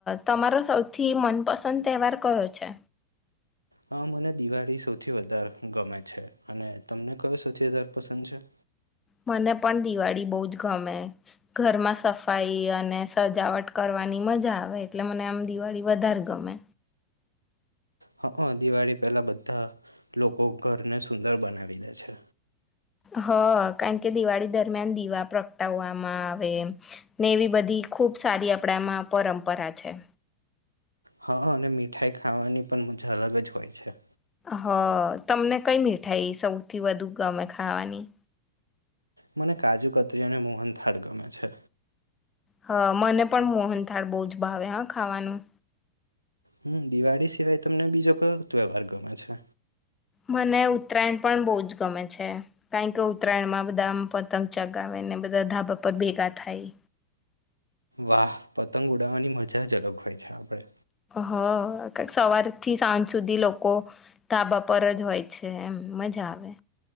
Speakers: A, on the left; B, on the right.
A: તમારો સૌથી મનપસંદ તહેવાર કયો છે
B: હ મને દિવાળી સૌથી વધારે ગમે છે અને તમને કયો સૌથી વધારે પસંદ છે
A: મને પણ દિવાળી બહુજ ગમે ઘરમાં સફાઈ અને સજાવટ કરવાની મજા આવે એટલે મને આમ દિવાળી વધારે ગમે
B: હ દિવાળી પહેલા બધા લોકો ઘરને સુંદર બનાવી દે છે
A: હ કારણ કે દિવાળી દરમિયાન દીવા પ્રગટાવવામાં આવે ને એવી બધી ખુબ સારી આપડામાં પરંપરા છે
B: હા અને મીઠાઈ ખાવાની પણ મજા અલગ જ હોય છે
A: હ તમને કઈ મીઠાઈ સૌથી વધુ ગમે ખાવાની
B: મને કાજુ કતરી અને મોહન થાળ ગમે છે
A: હા મને પણ મોહન થાળ બહુ જ ભાવે હા ખાવાનું
B: હમ દિવાળી સિવાય તમને બીજો કયો ત્યવહાર ગમે છે
A: મને ઉત્તરાયણ પણ બહુ જ ગમે છે કારણ કે ઉત્તરાયણમાં બધા પતંગ ચગાવેને બધા ધાબા પર ભેગા થાય
B: વાહ પતંગ ઉડાવવાની મજા જ અલગ હોય છે આપડે
A: હ સવાર થી સાંજ સુધી લોકો ધાબા પર જ હોય છે એમ મજા આવે